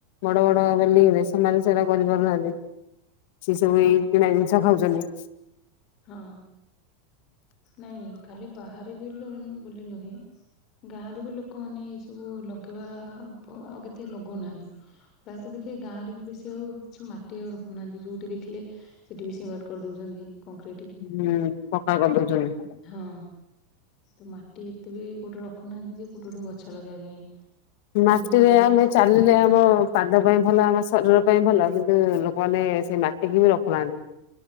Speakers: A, on the left; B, on the left.
A: ବଡ଼ ବଡ଼ ବିଲ୍ଡିଂରେ ସେମାନେ ସେଇରା କରିପାରୁନାହାଁନ୍ତି। ସିଏ ସବୁ ଏଇ କିଣା ଜିନିଷ ଖାଉଛନ୍ତି।
B: ହଁ। ନାଇଁ, ଖାଲି ବାହାରେ ବିଲି ବୁଲି ନୁହେଁ ଗାଁରେ ବି ଲୋକମାନେ ଏଇ ସବୁ ଲଗେଇବା ଆଉ ପ କେତେ ଲଗଉନାହାଁନ୍ତି। ପ୍ରାୟତଃ ଦେଖିବେ, ଗାଁରେ ବି ବେଶୀ ଆଉ କିଛି ମାଟି ଆଉ ରଖୁନାହାଁନ୍ତି। ଯୋଉଠି ଦେଖିଲେ ସେଠି ବି ସିମେଣ୍ଟ କରି ଦଉଛନ୍ତି, କଂକ୍ରିଟ୍।
A: ହୁଁ, ପକ୍କା କରିଦଉଛନ୍ତି।
B: ହଁ। ତ ମାଟି ଏତେ ବି କୋଉଟି ରଖୁନାହାଁନ୍ତି ଯେ, କୋଉଠି ଗୋଟେ ଗଛ ଲଗେଇବା ପାଇଁ।
A: ମାଟିରେ
B: ହଁ ମିଳିଯାଉଛି
A: ଆମେ ଚାଲିଲେ ଆମ ପାଦ ପାଇଁ ଭଲ, ଆମ ଶରୀର ପାଇଁ ଭଲ, କିନ୍ତୁ ଲୋକମାନେ ସେ ମାଟିକି ବି ରଖୁନାହାଁନ୍ତି।